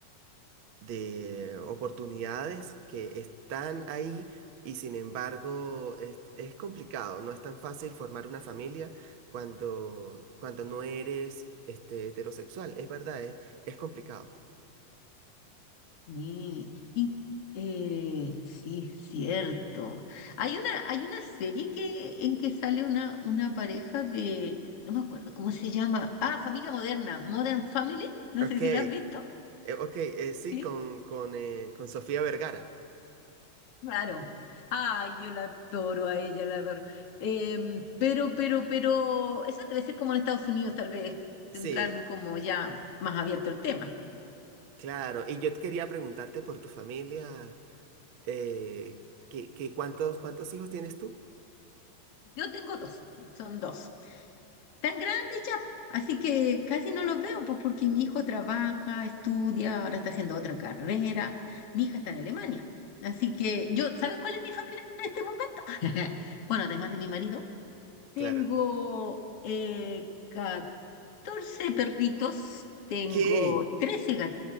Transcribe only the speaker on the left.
Sí, y, eh, sí, cierto. Hay una, hay una serie que, en que sale una, una pareja de, no me acuerdo cómo se llama. Ah, Familia Moderna, Modern Family. No
sé
si la has visto.
Sí,
claro. Ay, yo la adoro a ella, la adoro. Em, pero, pero, pero, esa debe ser como en Estados Unidos, tal vez tendrán
como ya más abierto el tema.
Yo tengo dos, son dos. tan grandes ya, po. así que casi no los veo, pues porque mi hijo trabaja, estudia, ahora está haciendo otra carrera, mi hija está en Alemania. Así que yo, ¿sabes cuál es mi familia en este momento? <laughs> Bueno, además de mi marido, tengo
eh, 14 perritos, tengo
13